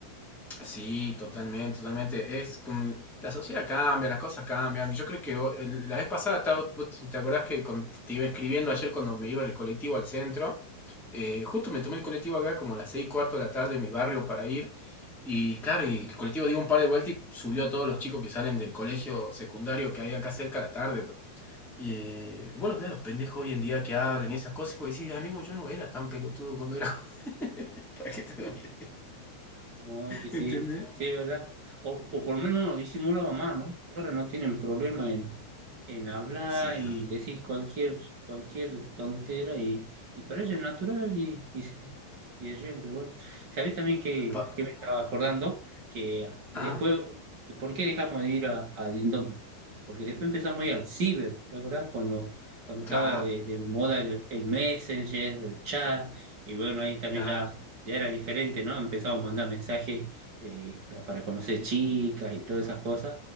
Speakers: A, in the centre; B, on the right.
A: Sí, totalmente, totalmente. Es como- la sociedad cambia, las cosas cambian. Yo creo que ho- el- la vez pasada, estaba- vos ¿te acordás que con- te iba escribiendo ayer cuando me iba en el colectivo al centro? Eh, justo me tomé el colectivo acá como a las seis y cuarto de la tarde en mi barrio para ir. Y claro, y el colectivo dio un par de vueltas y subió a todos los chicos que salen del colegio secundario que hay acá cerca a la tarde. pues. Y vos los ves a los pendejos hoy en día que hablan y esas cosas y vos decís, amigo, yo no era tan pelotudo cuando era joven. <laughs> ¿Para qué te voy a decir?
B: No, es que sí,
A: ¿Entendés?
B: sí es verdad. O, o por lo menos uno disimulaba más, ¿no? Ahora no tienen problema en en hablar,
A: Sí,
B: en decir cualquier, cualquier tontera y, y para ella es natural y, y, se- y de siempre. Bueno, ¿sabés también que,
A: Pa-
B: que me estaba acordando? Que después,
A: ah,
B: ¿por qué dejamos de ir a, a Dindón? Porque después empezamos a ir al ciber, ¿te acordás? Cuando, cuando
A: ca,
B: estaba de, de moda el, el Messenger, el chat, y bueno, ahí también
A: ca.
B: ya, ya era diferente, ¿no? Empezamos a mandar mensajes eh, para conocer chicas y todas esas cosas.